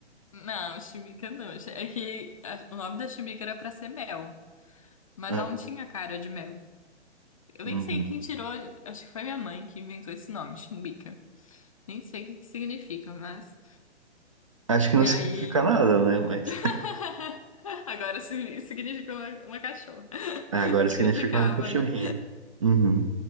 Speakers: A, on the left; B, on the right.
A: Não, chimica não. É que a- o nome da chimica era pra ser Mel, mas
B: É.
A: ela não tinha cara de Mel. Eu
B: Uhum.
A: nem sei quem tirou, acho que foi minha mãe que inventou esse nome, Chibica. Nem sei o que que significa, mas.
B: Acho que
A: E
B: não significa
A: aí.
B: nada, né? Mas
A: <laughs> Agora si- significa uma, uma cachorra. <laughs>
B: Ah, agora
A: Significava,
B: significa uma cachorrinha.
A: né?
B: Uhum.